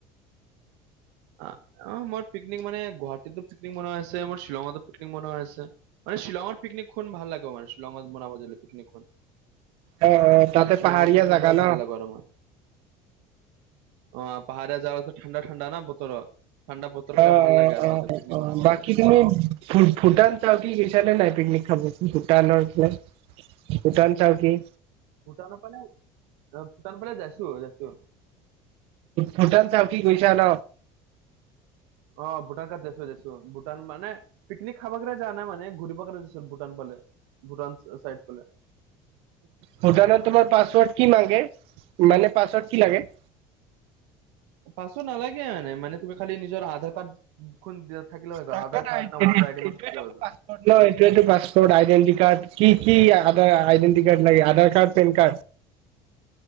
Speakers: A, on the right; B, on the right.
A: আ, অ, মই পিকনিক মানে গুৱাহাটীতো পিকনিক বনোৱা আছে, মোৰ শ্বিলঙতো পিকনিক বনোৱা আছে। মানে শ্বিলঙত পিকনিক খাব ভাল লাগে মানে। শ্বিলঙত বনাব জানিলে পিকনিক খোৱা।
B: অ তাতে
A: শ্বিলঙত
B: পাহাৰীয়া
A: পিকনিক
B: জাগা
A: কৰালে ভাল
B: ন
A: লাগে আৰু আমাৰ। অ, পাহাৰীয়া জাগাটো ঠাণ্ডা- ঠাণ্ডা ন বতৰত। ঠাণ্ডা বতৰত
B: অ অ
A: ভাল লাগে আৰু
B: অ অ
A: পিকনিক
B: অ
A: মনাবৰ কাৰণে।
B: <inaudible> ভূটান চাওঁ কি গৈছা না নাই? পিকনিক খাব, ভূটানৰ ফালে। ভূটান টাৰকি।
A: ভূটানত মানে, ভূটান ফালে যাইছোঁ- যাইছোঁ।
B: ভুটান টাওকি গৈছা ন।
A: অ, ভূটান তাত যাইছোঁ- যাই। ভূটান মানে পিকনিক খাবা কাৰনে যোৱা নাই মানে, ঘূৰিব কাৰণে গৈছোঁ। ভূটান ফালে, ভূটান চাইড ফালে।
B: ভূটানত তোমাৰ পাছৱৰ্ড কি মাগে, মানে পাছৱৰ্ড কি লাগে?
A: পাছৱৰ্ড নালাগে মানে, মানে তুমি খালি নিজৰ আধাৰ কাৰ্ড দিয়া। থাকিলে হয়,
B: এইটোৱেটো
A: আধাৰ কাৰ্ড না ভোটাৰ আই ডি মানে থাকিলে হৈ গ'ল।
B: পাছপৰ্ট এইটোৱেটো পাছপৰ্ট, আইডেণ্টি কাৰ্ড, কি কি আইডেন্টি কাৰ্ড লাগে? Aadhaar card, PAN card.